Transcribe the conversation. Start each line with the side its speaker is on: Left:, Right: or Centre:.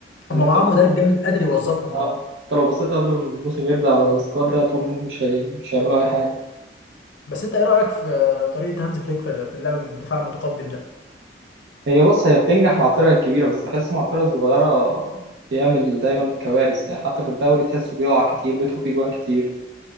Left: هم
Right: ان
Left: معاهم
Right: انت
Left: مدرب جامد قادر يوظفهم
Right: اه
Left: اه
Right: انت لو بصيت قبل ما الموسم يبدأ على السكواد ده هتقول انهم مش هي... مش هيعملوا اي حاجة
Left: بس انت ايه رايك في طريقه هانز فليك في في اللعب بالدفاع المتقدم ده
Right: هي بص هي بتنجح مع الفرق الكبيرة بس بحس مع الفرق الصغيرة بيعمل دايما كوارث يعني حتى في الدوري تحسه بيقع كتير بيدخل فيه جوان كتير